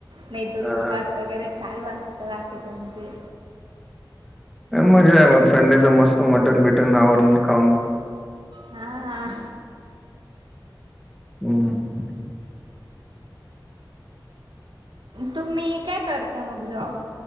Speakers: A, on the right (about 75°); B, in the centre.
A: नाही तर
B: हा.
A: उपवास वगैरे चालू असतात बाकीच्यांचे.
B: मजा आहे मग संडेच मस्त मटन बिटन आवर खाऊन.
A: आह.
B: हम्म.
A: तुम्ही काय करता मग जॉब?